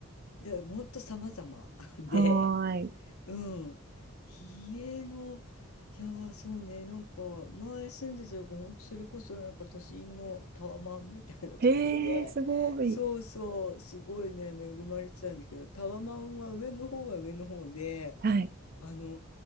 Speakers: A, on the left; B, on the right.
A: で、ほんと様々 <laughs> で、
B: はーい。
A: うん。家の、いやー、そうね、なんか、前住んでたとこ、ほんとそれこそなんか都心のタワマンみたいなところで、
B: へえ、すごい。
A: そうそう、すごいね、恵まれてたんだけど、タワマンは上の方は上の方で、
B: はい。
A: あの、